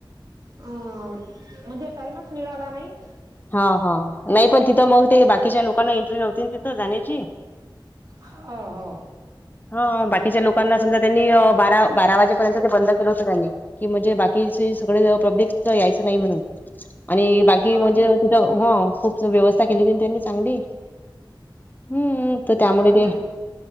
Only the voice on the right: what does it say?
म्हणजे टाईमच मिळाला नाही.
हा हो
हो
ना
हो
ना